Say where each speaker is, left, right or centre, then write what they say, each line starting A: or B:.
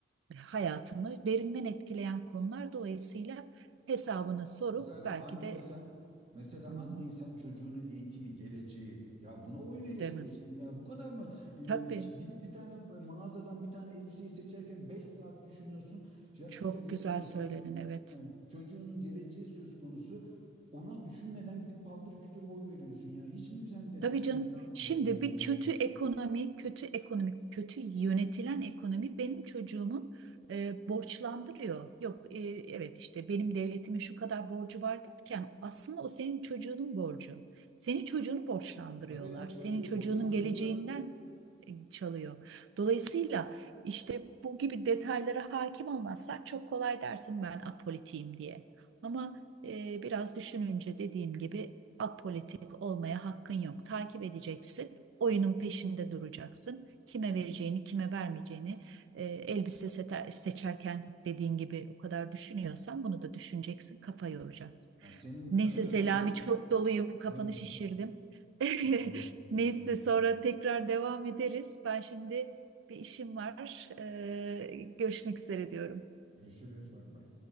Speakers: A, on the right; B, on the right.
A: hayatımı derinden etkileyen konular dolayısıyla hesabını sorup
B: Mesela
A: belki
B: anneysen,
A: de
B: mesela
A: hı
B: anneysen
A: hı,
B: çocuğunu eğitimi, geleceği ya buna oy veriyorsun
A: demem.
B: sen ya. Bu kadar mı e,
A: Tabii
B: şey, gidip bir tane mağazadan bir tane elbiseyi seçerken 5 saat düşünüyorsun. Ya
A: çok
B: şurada gelecek
A: güzel söyledin
B: çocuğu
A: evet.
B: yani çocuğunun geleceği söz konusu. Ona düşünmeden gidip paldır küldür oy veriyorsun ya. Hiç mi sende
A: Tabii canım.
B: insaf
A: Şimdi
B: yok yani
A: bir
B: vicdan?
A: kötü ekonomi, kötü ekonomik, kötü yönetilen ekonomi benim çocuğumun e, borçlandırıyor. Yok, e, evet işte benim devletimin şu kadar borcu var derken aslında o senin çocuğunun borcu. Senin çocuğunu borçlandırıyorlar.
B: Tabii ya çocuğu
A: Senin çocuğunun
B: boşlandırıyor.
A: geleceğinden e, çalıyor. Dolayısıyla işte bu gibi detaylara hakim olmazsan çok kolay dersin ben apolitiyim diye. Ama e, biraz düşününce dediğim gibi apolitik olmaya hakkın yok. Takip edeceksin. Oyunun peşinde duracaksın. Kime vereceğini, kime vermeyeceğini e, elbise sete- seçerken dediğin gibi o kadar düşünüyorsan bunu da düşüneceksin, kafa yoracaksın.
B: Yani senin
A: Neyse
B: en azından
A: Selami çok doluyum, kafanı
B: evet.
A: şişirdim. <laughs>
B: Aynen.
A: Neyse
B: Aynen.
A: sonra tekrar devam ederiz. Ben şimdi bir işim var. E, görüşmek üzere diyorum.
B: Görüşürüz. Bay bay.